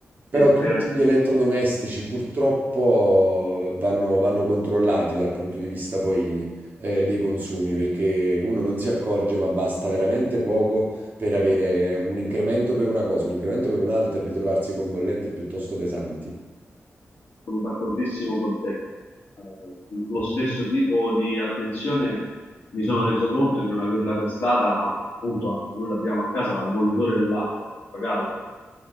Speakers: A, on the right (about 40°); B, on the left (about 50°).
A: Però
B: Sì,
A: tutti
B: hai ragione.
A: gli elettrodomestici purtroppo vanno, vanno controllati dal punto di vista poi eh, dei consumi, perché uno non si accorge, ma basta veramente poco per avere un incremento per una cosa, un incremento per un'altra e ritrovarsi con bollette piuttosto pesanti.
B: Sono d'accordissimo con te. Eh, lo stesso tipo di attenzione mi sono reso conto di non averla prestata a- appunto, a- noi l'abbiamo a casa al bollitore dell'acqua, dell'acqua calda